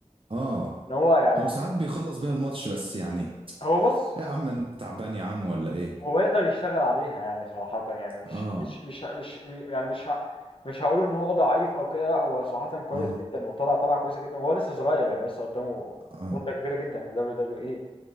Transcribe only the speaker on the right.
اه
هو ساعات بيخلص بيها الماتش بس يعني إيه
يا عم انت تعبان يا عم ولا ايه
اه
اه
اه